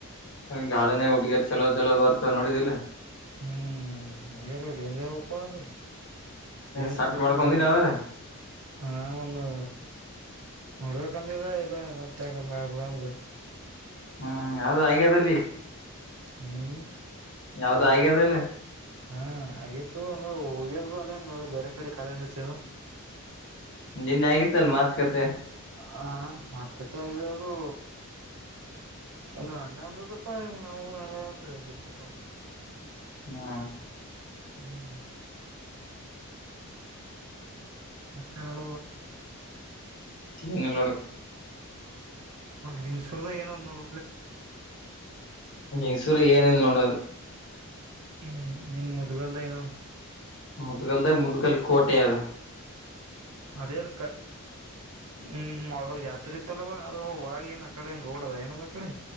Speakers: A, on the left; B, on the right.
A: ಗಾಡನೇ ಹಡ್ಗರ್ ಚಲೋ ಚಲೋ ಬರ್ತವ ನೋಡಿದಿಲ್ಲ
B: ಹ್ಮ್ ಬೇರ ಡೇಂಜರ್ ಒಪ್ಪ ಅಲ್ಲಿ ನ್
A: ಸಟ್
B: ಸ್ಕೂ
A: ಮಾಡ್ಕೊಂಡಿಲ್ಲ
B: ನ್
A: ಅವ್ರ
B: ಹ ಒಂದು ನೋಡ್ಬೇಕಂದ ಇದು ಮತ್ತೆಕಬಿಡ್ ಬಿ
A: ಹ್ಮ್ ಅದು ಹಾಗ್ಯಾದದಲ್ಲಿ
B: ಹ್ಮ್
A: ಯಾವ್ದು
B: ಆಗಿತ್ತು
A: ಆಗ್ಯ ಅದಲ್ಲ
B: ಹಾ ಆಗಿತ್ತು ಅಂದ್ರ ಹೋಗ್ಯ ಅಲ್ಲನ್ ಬೇರೆ ಕಡೆ ಕಾಲ ಹಚ್ಚ
A: ನಿನ್ ಆಗಿತ್ತಲ್ ಮಾತ್ಕತೆ
B: ಹ ಮತುಕಟ್ಟೆ ಆಗಿರೋದು ನನ್ನ ಅಂದ ಪ ಹ ನ ಬಿಟ್ಟೆ ಪ
A: ಹ್ಮ್
B: ಹ್ಮ್ ಮತ್ತನಳ
A: ಂಗಲ್ಲೋಡು
B: ನಂಗ್ಸುರ್ದ ಏನಾದ್ ನೋಡ
A: ಈಸೂರ ಏನಿಲ್ಲ ನೋಡೋದು
B: ಹ್ಮ್ ನೀ ಮುದಗ ಎಲ್ಲ ಐನ
A: ಮುದಗಲ್ದ ಮುದುಗಲ್ ಕೋಟೆಯಾಗ
B: ಅದೇ ಅಲ್ ಹ್ಮ್ ಅವವಾಗ ಜಾತ್ರೆ ಇತ್ತಲ್ಲವಾಗ ಅದು ವಳ ಏ ಅ ಕಡೆಏ ರೋಡ್ ಅದ ಏನ ಅ ಕಡೆ